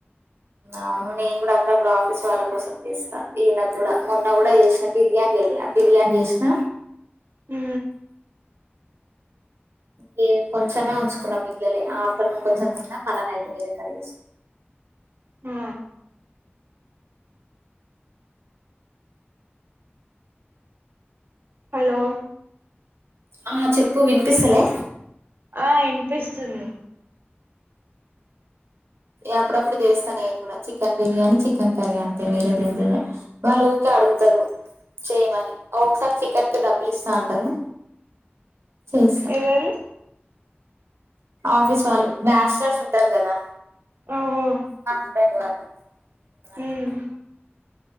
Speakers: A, on the right; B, on the right.
A: అవును నేను కూడా అప్పుడప్పుడు ఆఫీస్ వాళ్ళ కోసం చేస్తా ఈయనక్ కూడా మొన్న కూడా చేసిన బిర్యానీ చెయ్యలా బిర్యానీ చేసిన
B: హ
A: నేను కొంచెమే ఉంచుకున్నాం మిగిలలే ఆఫ్టర్నూన్ కొంచం తిన్నా మళ్ళా నైట్ వేరే కర్రీ చేసుకున్న
B: ఆ హలో
A: ఆ చెప్పు వినిపిస్తలే
B: ఆ వినిపిస్తుంది
A: అప్పుడప్పుడు చేస్తా నేను కూడా చికెన్ బిర్యానీ చికెన్ కర్రీ అంతే వేరేదేమ్ చేయ వాళ్ళు ఊకే అడుగుతారు చేయమని ఒక్కోసారి చికెన్కి డబ్బులు ఇస్తా అంటారు చేస్తా
B: ఎవరు
A: ఆఫీస్ వాళ్ళు బ్యాచిలర్స్ ఉంటారు కదా
B: ఓహో
A: మా హస్బెండ్ వాళ్ళు అట్లా
B: హామ్